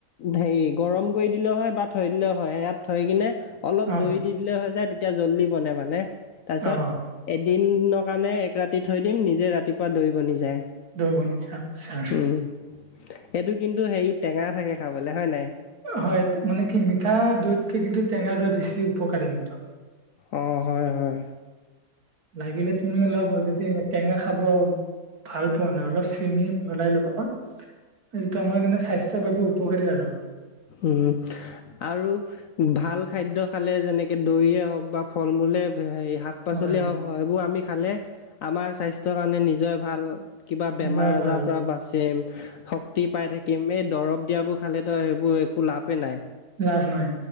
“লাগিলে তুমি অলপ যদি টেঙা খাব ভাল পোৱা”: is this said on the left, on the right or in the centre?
Right